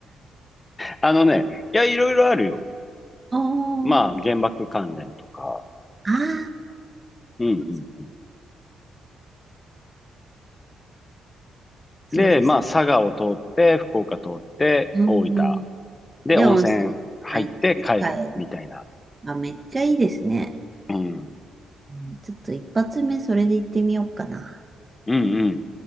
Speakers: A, on the left; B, on the right.
A: あのね、いや、いろいろあるよ。
B: あー
A: まあ、原爆関連とか。
B: あー、
A: うん
B: そ
A: うん。
B: そうです。
A: で、まあ、佐賀を通って、福岡通って、
B: う
A: 大分
B: ん。
A: で、
B: で、
A: 温泉入って帰るみたいな。
B: 温泉入って帰る。あ、めっちゃいいですね。
A: うん。
B: うんちょっと一発目それで行ってみようかな。
A: うんうん